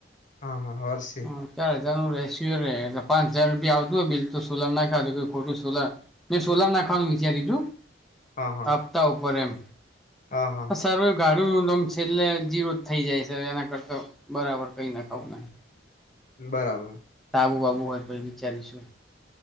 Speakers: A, on the left (about 45°); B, in the centre.
A: હા વર્ષ
B: હ ચાર હજારું રેસકુ રે પાંચ હજાર રૂપીયા આવતું હોય બિલ તો સોલર નાખાય ખોટું સોલાર મેં સોલાર નાખવાનું વિચાર્યું હતું
A: હા હા
B: હપ્તા ઉપર એમ
A: અ હ
B: સરવે ગાડું નો આમ છેલ્લે જીરો જ થઈ જાય છે એના કરતા બરાબર કઈ નાખાવું
A: બરાબર.
B: સાબું બાબુ હોય તો પછી વિચારીશું.